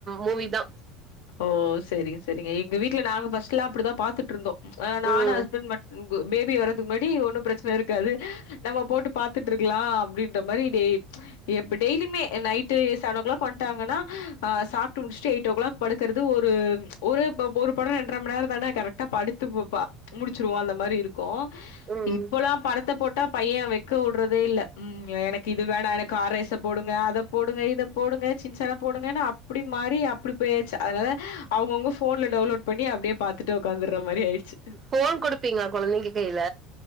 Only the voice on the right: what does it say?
மூவி தா
ம்
ம்
ஃபோன் குடுப்பீங்களா கொழந்தைங்க கையில